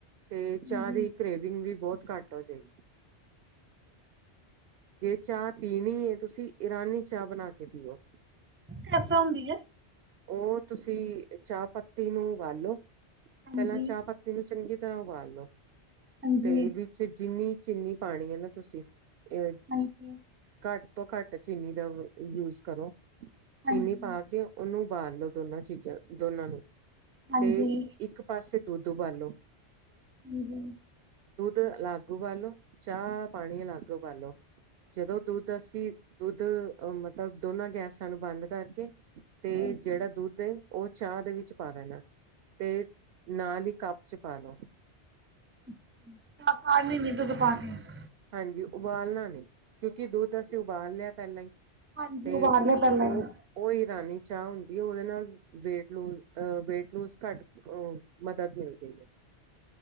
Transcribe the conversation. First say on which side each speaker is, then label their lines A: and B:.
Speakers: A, on the right (about 65°); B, on the right (about 15°).
A: ਤੇ
B: ਹਾਂਜੀ
A: ਚਾਹ ਦੀ ਕਰੇਵਿੰਗ ਵੀ ਬਹੁਤ ਘੱਟ ਹੋ ਜਾਏਗੀ। ਜੇ ਚਾਹ ਪੀਣੀ ਹੈ ਤੁਸੀਂ ਇਰਾਨੀ ਚਾਹ ਬਣਾ ਕੇ ਪੀਓ।
B: ਕਿਸ ਤਰ੍ਹਾਂ ਹੁੰਦੀ ਹੈ?
A: ਉਹ ਤੁਸੀਂ ਚਾਹ ਪੱਤੀ ਨੂੰ ਉਬਾਲੋ,
B: ਹਾਂਜੀ
A: ਪਹਿਲਾਂ ਚਾਹ ਪੱਤੀ ਤੈਨੂੰ ਚੰਗੀ ਤਰ੍ਹਾਂ ਉਬਾਲ ਲੋ <inaudible>
B: ਹਾਂਜੀ
A: ਤੇ ਵਿ ਚਾਹੇ ਜਿੰਨੀ ਚੀਨੀ ਪਾਉਣੀ ਹੈ ਨਾ ਤੁਸੀਂ ਅ
B: ਹਾਂਜੀ।
A: ਘੱਟ ਤੋਂ ਘੱਟ ਚੀਨੀ ਦਾ ਯੂਜ ਕਰੋ,
B: ਹਾਂਜੀ,
A: ਚੀਨੀ ਪਾ ਕੇ ਉਹਨੂੰ ਉਬਾਲ ਲਓ। ਦੋਨਾਂ ਚੀਜ਼ਾਂ ਦੋਨਾਂ ਨੂੰ,
B: ਹਾਂਜੀ,
A: ਤੇ ਇੱਕ ਪਾਸੇ ਦੁਧ ਉਬਾਲੋ
B: ਹਮ।
A: ਦੁੱਧ ਅਲੱਗ ਉਬਾਲ ਲੋ, ਚਾਹ -ਪਾਣੀ ਅਲੱਗ ਉਬਾਲੋ ਜਦੋਂ ਦੁੱਧ ਅਸੀਂ, ਦੁੱਧ ਅਹ ਮਤਲਬ ਦੋਨਾਂ ਗੈਸਾਂ ਨੂੰ ਬੰਦ ਕਰਕੇ ਤੇ
B: ਹਾਂਜੀ
A: ਜਿਹੜਾ ਦੁੱਧ ਉਹ ਚਾਹ ਦੇ ਵਿੱਚ ਪਾ ਦੇਣਾ, ਤੇ, ਨਾਲ ਹੀ ਕੱਪ ਚ ਪਾ ਲੋ
B: <unintelligible>
A: ਹਾਂਜੀ ਉਬਾਲਣਾ ਨੀ। ਕਿਉਂਕਿ ਦੁੱਧ ਅਸੀਂ ਉਬਾਲ ਲਿਆ ਪਹਿਲਾਂ ਹੀ,
B: ਹਾਂਜੀ
A: ਤੇ
B: ਉਬਾਲ ਲਿਆ ਪਹਿਲਾਂ
A: ਉਹ
B: ਹੀ।
A: ਉਹ ਈਰਾਨੀ ਚਾਹ ਹੁੰਦੀ ਹੈ। ਉਹਦੇ ਨਾਲ ਵੇਟ ਲੂਜ ਵੇਟ ਲੂਜ ਘੱਟ ਉਹ ਮਦਦ ਮਿਲਦੀ ਹੈ।